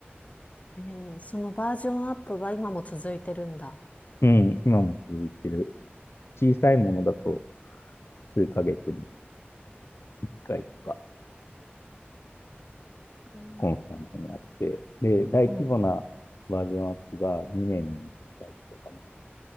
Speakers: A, on the left (about 35°); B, on the left (about 80°).
A: え、ええ、そのバージョンアップは今も続いてるんだ。
B: うん、今も続いてる。小さいものだと、数ヶ月に1回とか、
A: うん、
B: コンスタントにあって、で、大規模なバージョンアップが2年に1回とかかな
A: うん